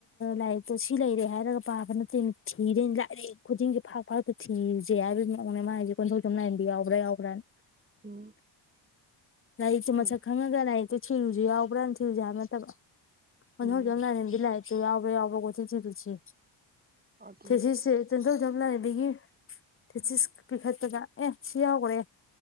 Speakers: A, on the left; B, on the right.
A: ꯂꯥꯏꯔꯤꯛꯇꯣ ꯁꯤ ꯂꯩꯔꯦ ꯍꯥꯏꯔꯒ ꯄꯥꯕ ꯅꯠꯇꯦ ꯊꯤꯗ‌ꯣꯏꯅꯤ ꯂꯥꯏꯔꯤꯛ ꯈꯨꯗꯤꯡꯒꯤ ꯐꯥꯛ <unintelligible> ꯊꯤꯔꯨꯖ‌ꯦ ꯍꯥꯏꯕꯩ ꯃ‌ꯑꯣꯡꯅ‌ꯦ ꯃꯥꯅ ꯍꯥꯏꯖ‌ꯦ ꯀꯣꯟꯊꯩꯖꯝ ꯂꯥꯏꯔ‌ꯦꯝꯕꯤ ꯌꯥꯎꯕ꯭ꯔꯥ-ꯌꯥꯎꯕ꯭ꯔꯥꯅ
B: ꯎꯝ
A: ꯂꯥꯏꯔꯤꯛꯇꯨ
B: ꯎꯝ
A: ꯃꯁꯛ ꯈꯪꯉꯒ ꯂꯥꯏꯔꯤꯛꯇꯣ ꯊꯤꯔꯨꯖꯤ ꯌꯥꯎꯕ꯭ꯔꯥ ꯊꯤꯔꯨꯁꯡꯖꯤ ꯍꯥꯏꯕ ꯅꯠꯇꯕ ꯀ‌ꯣꯟꯊꯧꯖꯝ
B: ꯎꯝ
A: ꯂꯥꯏꯔ‌ꯦꯝꯕꯤ ꯂꯥꯏꯔꯤꯛꯇꯨ ꯌꯥꯎꯕ꯭ꯔ-ꯌꯥꯎꯕ꯭ꯔ ꯀ‌ꯣꯏꯊꯤ ꯊꯤꯔꯨꯖꯤ
B: ꯑꯗꯨꯅꯦ
A: ꯊꯤꯖꯤꯁꯁꯦ ꯀ‌ꯣꯟꯊꯧꯖꯝ ꯂꯥꯏꯔ‌ꯦꯝꯕꯤꯒꯤ ꯊꯤꯖꯤꯁ ꯄꯤꯈꯠꯄꯗ ꯑꯦ ꯁꯤ ꯌꯥꯎꯒ꯭ꯔꯦ